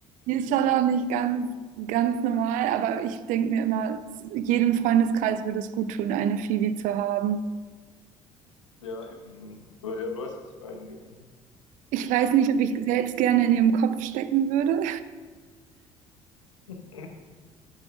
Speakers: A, on the right; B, on the left.
A: die ist schon auch nicht ganz, ganz normal, aber ich denke mir immer, jedem Freundeskreis würde es gut tun, eine Phoebe zu haben.
B: Ja, eben. Ja, du weißt, was ich meine, eben.
A: Ich weiß nicht, ob ich selbst gerne in ihrem Kopf stecken würde.
B: Ja.